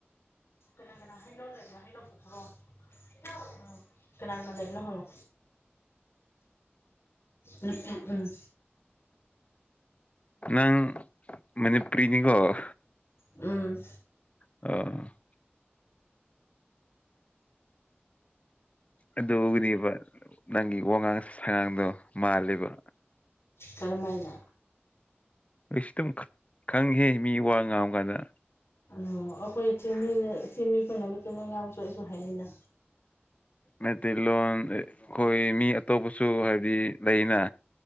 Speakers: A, on the left; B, on the left.
A: ꯀꯅꯥ ꯀꯅꯥ ꯍꯩꯅꯧ ꯂꯩꯕꯅꯣ ꯍꯩꯅꯧ ꯄꯨꯊꯣꯔꯣ ꯍꯩꯅꯧ ꯑꯥ ꯀꯅꯥ ꯀꯅꯥ ꯂꯩꯕꯅꯣ ꯍꯪꯉꯣ ꯅꯨꯄꯤ ꯎꯝ
B: ꯅꯪ ꯃꯅꯤꯄꯨꯔꯤꯅꯤꯀꯣ
A: ꯎꯝ
B: ꯑ ꯑꯗꯨꯒꯤꯅꯤꯕ ꯅꯪꯒꯤ ꯋꯥꯉꯥꯡ ꯁꯉꯥꯡꯗꯣ ꯃꯥꯜꯂꯦꯕ
A: ꯀꯔꯃꯥꯏꯅꯥ
B: ꯑꯩꯁ ꯇꯨꯝ ꯈꯪꯉꯤꯍꯦ ꯃꯤ ꯋꯥ ꯉꯥꯡꯕꯒꯥꯟꯗꯥ
A: ꯑꯣ ꯑꯈꯣꯏ ꯆꯤꯡꯃꯤ ꯆꯤꯡꯃꯤ ꯑꯈꯣꯏꯅ ꯃꯤꯇꯩꯂꯣꯟ ꯉꯥꯡꯕꯁꯨ ꯑꯩꯁꯨ ꯍꯩꯌꯦꯅꯥ
B: ꯃꯩꯇꯩꯂꯣꯟ ꯈꯣꯏ ꯃꯤ ꯑꯇꯣꯞꯄꯁꯨ ꯍꯥꯏꯕꯗꯤ ꯂꯩꯌꯦꯅꯥ